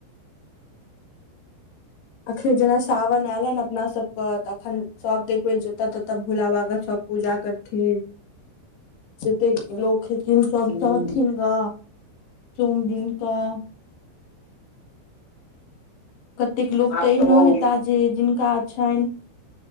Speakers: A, on the left (about 65°); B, on the left (about 80°).
A: अखन जेना सावन आयल हन, अपना सभकेँ तऽ अखन सभ ठाम देखबे करैत छी भोला बाबाक। पूजा करैत छथि जतेक लोक। कहैत छथि
B: ह
A: सभ सोमदिन करऽ। कतेक लोक
B: आब
A: तऽ एहन
B: ओ
A: सेहो हेताह, जिनका छनि।